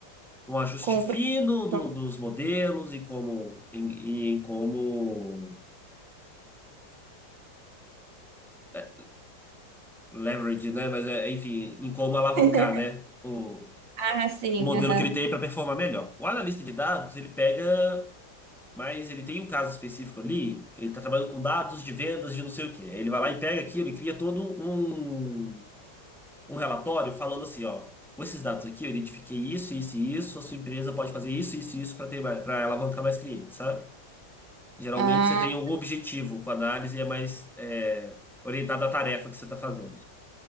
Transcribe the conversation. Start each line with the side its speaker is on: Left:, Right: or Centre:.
Centre: o ajuste
Right: com o
Centre: fino
Right: professor.
Centre: do- dos modelos e como, em, e em como é, leverage, né? Mas, é, enfim, em como alavancar,
Right: <laughs>
Centre: né? O,
Right: Ah, sim,
Centre: o modelo
Right: aham.
Centre: que ele tem para performar melhor. O analista de dados, ele pega Mas ele tem um caso específico ali, ele está trabalhando com dados de vendas de não sei o quê. Aí Ele vai lá e pega aquilo e cria todo um, um relatório falando assim, ó, com esses dados aqui eu identifiquei isso, isso e isso, a sua empresa pode fazer isso, isso e isso para ter para alavancar mais clientes, sabe? Geralmente
Right: Ah,
Centre: você tem algum objetivo com a análise e é mais é, orientada à tarefa que você está fazendo.